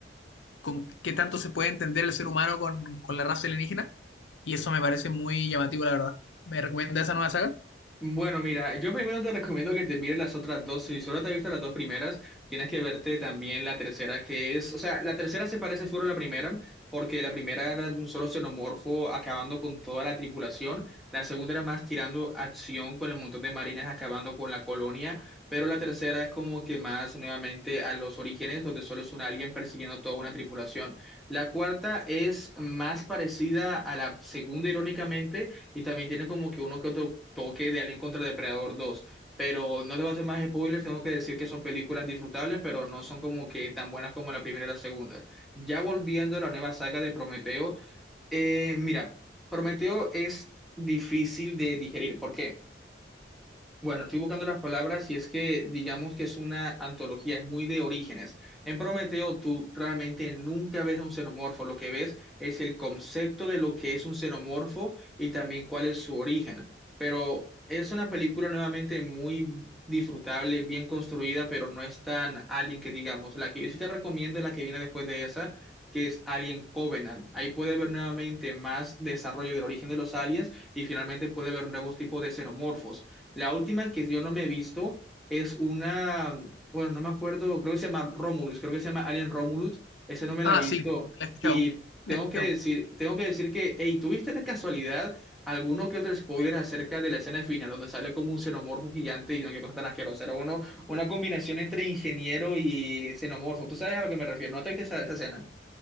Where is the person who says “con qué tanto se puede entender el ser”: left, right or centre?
Left